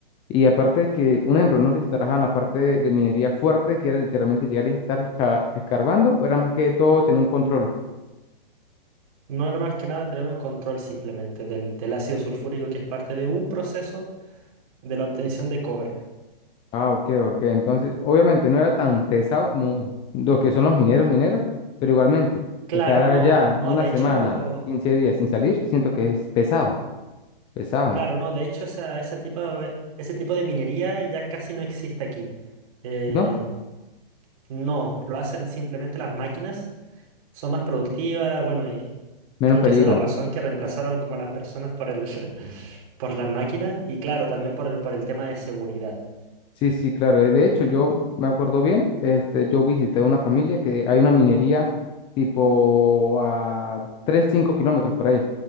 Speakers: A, on the left; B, on the right.
A: Y aparte de que, un ejemplo, no sé si trabajaban en la parte de, de minería fuerte, que era literalmente llegar y estar esca- escarbando, o era más que todo tener un control.
B: No era más que nada tener un control simplemente del, del ácido sulfúrico que es parte de un proceso de la obtención de cobre.
A: Ah, ok, ok. Entonces, obviamente no era tan pesado como los que son los mineros, mineras, pero igualmente,
B: Claro,
A: estar allá
B: no, no,
A: una
B: de
A: semana,
B: hecho,
A: 15 días sin salir, siento que es pesado, pesado,
B: claro, no, de hecho esa, ese tipo, eh, ese tipo de minería ya casi no existe aquí. Eh,
A: ¿no?
B: no, lo hacen simplemente las máquinas, son más productivas, bueno, y
A: Menos
B: creo
A: peligro.
B: que esa es la razón que reemplazaron como a las personas por el, <laughs> por las máquinas y claro, también por el, por el tema de seguridad.
A: Sí, sí, claro. eh, De hecho, yo me acuerdo bien, este, yo visité una familia que hay una minería tipo a 3, 5 kilómetros por ahí.